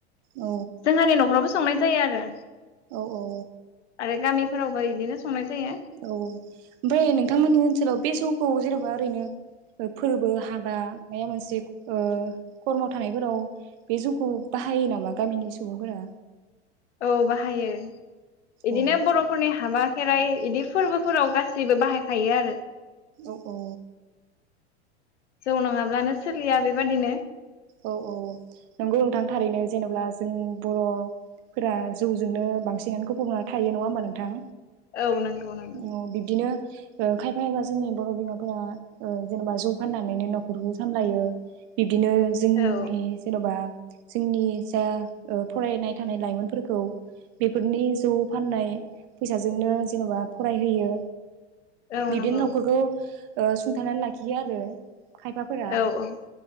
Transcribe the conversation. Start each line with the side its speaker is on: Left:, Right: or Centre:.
Right: औ
Left: जोंहानि नखरावबो संनाय जायो आरो।
Right: औ औ।
Left: आरो गामिफोरावबो इदिनो संनाय जायो
Right: औ ओमफ्राय नोंथांमोननि ओनसोलाव बे जौखौ जेरावबो ओरैनो फोरबो हाबा माबा मोनसे ओ खर्माव थानायफोराव बे जौखौ बाहायो नामा गामिनि सुबुंफोरा?
Left: औ बाहायो इदिनो
Right: औ
Left: बर'फोरनि हाबा खेराइ बिदि फोरबोफोराव गासैबो बाहायखायो आरो।
Right: औ औ।
Left: जौ नाङाब्लानो सोलिया बेबादिनो।
Right: औ औ नंगौ नोंथां थारैनो जेनेबा जों बरफोरा जौजोंनो बांसिनानो खोफौना थायो नङा होमबा नोंथां?
Left: औ नंगौ नंगौ।
Right: बिब्दिनो ओ खायफा एबा जोंनि बर बिमाफोरा ओ जेनेबा जौ फाननानैनो नखरखौ सामलायो बिबदिनो जोंनि
Left: औ
Right: जेनबा जोंनि जा फरायनाय थानाय लाइमोनफोरखौ बेफोरनि जौ फाननाय फैसाजोंनो जेन'बा फरायहोयो।
Left: औ
Right: बिदिनो
Left: नंगौ
Right: नखरखौ सुंथानानै लाखियो आरो। खायफाफोरा
Left: औ औ